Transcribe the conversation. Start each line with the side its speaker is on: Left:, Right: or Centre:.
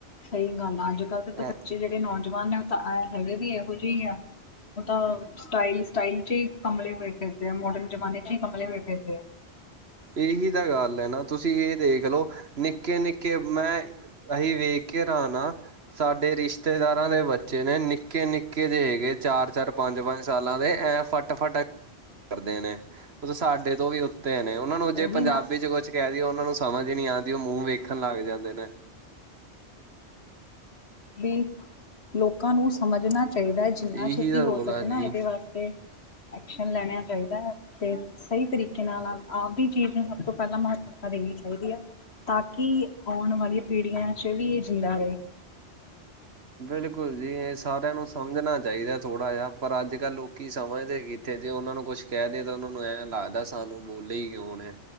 Left: ਸਹੀ ਗੱਲ ਆ ਅੱਜ ਕੱਲ੍ਹ ਦੇ ਤਾਂ
Right: ਇਹ
Left: ਬੱਚੇ ਜਿਹੜੇ ਨੌਜਵਾਨ ਨੇ ਤਾਂ ਆ ਹੈਗੇ ਵੀ ਇਹੋ ਜਿਹੇ ਆ ਉਹ ਤਾਂ ਸਟਾਈਲ, ਸਟਾਈਲ ਚ ਹੀ ਕਮਲੇ ਹੋਏ ਫੇਰਦੇ ਆ, ਮੋਡਰਨ ਜ਼ਮਾਨੇ ਚ ਹੀ ਕਮਲੇ ਹੋਏ ਫੇਰਦੇ ਆ।
Right: ਇਹੀ ਤਾਂ ਗੱਲ ਐ ਨਾਂ ਤੁਸੀਂ ਇਹ ਦੇਖ ਲਓ, ਨਿੱਕੇ-ਨਿੱਕੇ ਮੈਂ ਅਸੀਂ ਵੇਖ ਕੇ ਹੈਰਾਨ ਆਂ। ਸਾਡੇ ਰਿਸ਼ਤੇਦਾਰਾਂ ਦੇ ਬੱਚੇ ਨੇਂ ਨਿੱਕੇ-ਨਿੱਕੇ ਜੇ ਹੈਗੇ ਚਾਰ-ਚਾਰ, ਪੰਜ-ਪੰਜ ਸਾਲਾਂ ਦੇ ਐਂ ਫੱਟ-ਫੱਟ ਕਰਦੇ ਨੇਂ। ਉਹ ਸਾਡੇ ਤੋਂ ਵੀ ਉੱਤੇ ਨੇਂ, ਉਹਨਾਂ ਨੂੰ ਜੇ
Left: ਉਹੀ
Right: ਪੰਜਾਬੀ
Left: ਨਾ
Right: ਚ ਕੁਛ ਕਹਿ ਦਇਏ ਉਹਨਾਂ ਨੂੰ ਸਮਝ ਨੀਂ ਆਂਦੀ ਉਹ ਮੂੰਹ ਵੇਖਣ ਲੱਗ ਜਾਂਦੇ ਨੇਂ।
Left: ਵੀ ਲੋਕਾਂ ਨੂੰ ਸਮਝਣਾ ਚਾਹੀਦਾ ਜਿੰਨਾ
Right: ਇਹੀ
Left: ਛੇਤੀ
Right: ਤਾਂ
Left: ਹੋ
Right: ਰੋਲ
Left: ਸਕੇ
Right: ਆ ਜੀ
Left: ਨਾਂ ਇਹਦੇ ਵਾਸਤੇ, ਐਕਸ਼ਨ ਲੈਣਾ ਚਾਹੀਦਾ ਐ। ਤੇ ਸਹੀ ਤਰੀਕੇ ਨਾਲ ਆਪਦੀ ਚੀਜ਼ ਨੂੰ ਸਭ ਤੋਂ ਪਹਿਲਾਂ ਮਹੱਤਵਤਾ ਦੇਣੀ ਚਾਹੀਦੀ ਐ। ਤਾਂ ਕਿ ਆਉਣ ਵਾਲੀਆਂ ਪੀੜ੍ਹੀਆਂ ਚ ਵੀ ਇਹ ਜਿਲਲਾ ਰਹੇ।
Right: ਬਿਲਕੁਲ ਜੀ, ਇਹ ਸਾਰਿਆਂ ਨੂੰ ਸਮਝਣਾ ਚਾਹੀਦਾ ਥੋੜਾ ਜਿਹਾ ਪਰ ਅੱਜ-ਕੱਲ੍ਹ ਲੋਕੀ ਸਮਝਦੇ ਕਿੱਥੇ? ਜੇ ਉਹਨਾਂ ਨੂੰ ਕੁਛ ਕਹਿ ਦੇ ਤਾਂ ਉਹਨਾਂ ਨੂੰ ਐਂ ਲੱਗਦਾ ਸਾਨੂੰ ਬੋਲੇ ਈ ਕਿਉਂ ਨੇਂ।